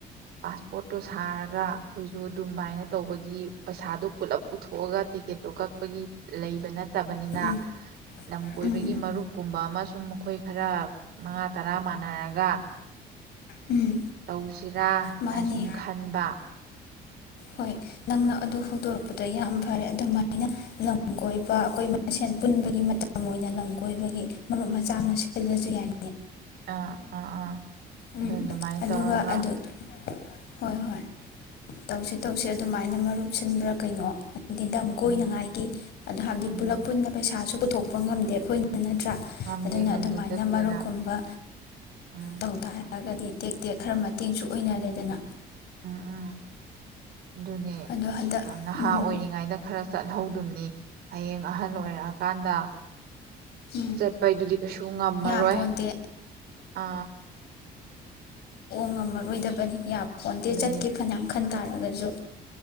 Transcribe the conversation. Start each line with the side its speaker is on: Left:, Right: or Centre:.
Right: ꯄꯥꯁ꯭ꯄꯣꯔꯠ ꯇꯣ ꯁꯥꯔꯒꯥ ꯑꯩꯈꯣꯏꯖꯨ ꯑꯗꯨꯃꯥꯏꯅꯥ ꯇꯧꯕꯒꯤ ꯄꯩꯁꯥꯗꯨ ꯄꯨꯂꯥꯞ ꯄꯨꯊꯣꯛꯑꯒꯥ ꯇꯤꯀꯦꯠ ꯇꯣ ꯀꯥꯛꯄꯒꯤ ꯂꯩꯕꯥ ꯅꯠ ꯇꯥꯕꯅꯤꯅꯥ
Left: ꯎꯝ
Right: ꯂꯥꯝ ꯀꯣꯏꯕꯒꯤ
Left: ꯎꯝ ꯎꯝ
Right: ꯃꯔꯨꯞꯀꯨꯝꯕꯥꯃꯥ ꯎꯝ ꯈꯔ ꯃꯉꯥ ꯇꯔꯥ ꯃꯥꯟꯅꯔꯒ
Left: ꯎꯝ
Right: ꯇꯧꯁꯤꯔ ꯍꯥꯏꯅ
Left: ꯃꯥꯅꯦ
Right: ꯁꯨꯝ ꯈꯟꯕ
Left: ꯍꯣꯏ ꯅꯪꯅ ꯑꯗꯨ ꯍꯧꯗꯣꯔꯛꯄꯗꯨ ꯌꯥꯝ ꯐꯔꯦ ꯑꯗꯨꯃꯥꯏꯅ ꯂꯝ ꯀꯣꯏꯕ ꯑꯩꯈꯣꯏ ꯃꯁꯦꯟ ꯄꯨꯟꯕꯒꯤ ꯃꯇꯝ ꯑꯣꯏꯅ ꯂꯝ ꯀꯣꯏꯕꯒꯤ ꯃꯔꯨꯞ ꯑꯃ ꯁꯤꯜꯂꯖꯨ ꯌꯥꯏ
Right: ꯑ ꯑ ꯑ
Left: ꯎꯝ
Right: ꯑꯗꯨꯃꯥꯏ
Left: ꯑꯗꯨꯒ
Right: ꯇꯧꯔꯒ
Left: ꯑꯗꯨ ꯍꯣꯏ ꯍꯣꯏ ꯇꯧꯁꯤ ꯇꯧꯁꯤ ꯑꯗꯨꯃꯥꯏꯅ ꯃꯔꯨꯞ ꯁꯤꯟꯕ ꯂꯝ ꯀꯣꯏꯅꯉꯥꯏꯒꯤ
Right: ꯎꯝ
Left: ꯑꯗꯨ ꯍꯥꯏꯕꯗꯤ
Right: ꯎꯝ
Left: ꯄꯨꯂꯞ ꯄꯨꯟꯅ ꯃꯩꯁꯥꯖꯨ ꯄꯨꯊꯣꯛꯄ ꯉꯝꯗꯦ ꯅꯠꯇ꯭ꯔ
Right: ꯉꯝꯗꯦ
Left: ꯑꯗꯨꯅ
Right: ꯉꯝꯗꯦ
Left: ꯑꯗꯨꯃꯥꯏꯅ
Right: ꯆꯠꯀꯦꯅ
Left: ꯃꯔꯨꯞ ꯀꯨꯝꯕ
Right: ꯎꯝ
Left: ꯇꯧꯇꯥꯔꯒꯗꯤ ꯇꯦꯛꯇꯦꯛ ꯈꯔ ꯃꯇꯦꯡꯖꯨ ꯑꯣꯏꯅꯔꯦ ꯗꯅ
Right: ꯎꯝ ꯎꯝ ꯗꯨꯅꯦ
Left: ꯑꯗꯣ ꯍꯟꯗꯛ
Right: ꯅꯍꯥ
Left: ꯎꯝ
Right: ꯑꯣꯏꯔꯤ ꯉꯩꯗ ꯈꯔ ꯆꯠꯍꯧꯗꯧꯅꯦ ꯍꯌꯦꯡ ꯑꯍꯟ ꯑꯣꯏꯔꯛꯑ ꯀꯥꯟꯗ
Left: ꯎꯝ
Right: ꯆꯠꯄꯗꯨꯗꯤ ꯀꯩꯁꯨ ꯉꯝꯃꯔꯣꯏ
Left: ꯌꯥꯄꯣꯟꯇꯦ
Right: ꯑ
Left: ꯉꯝꯃꯔꯣꯏ ꯗꯕꯅꯤ ꯌꯥꯄꯣꯟꯇꯦ
Right: ꯑꯗꯨꯅꯤ
Left: ꯆꯠꯀꯦ ꯐꯅꯌꯥꯝ ꯈꯜ ꯇꯥꯔꯒꯖꯨ